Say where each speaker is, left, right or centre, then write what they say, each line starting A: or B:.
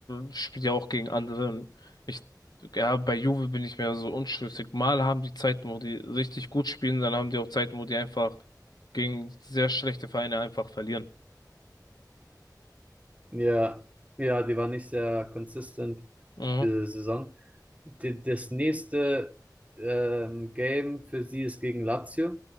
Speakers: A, on the left; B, on the right.
A: spielt ja auch gegen andere und ich, ja, bei Juve bin ich mir so unschlüssig. Mal haben die Zeiten, wo die richtig gut spielen, dann haben die auch Zeiten, wo die einfach gegen sehr schlechte Vereine einfach verlieren.
B: ja, ja, die war nicht sehr consistent,
A: Mhm,
B: diese Saison. Die, das nächste ähm, Game für sie ist gegen Lazio.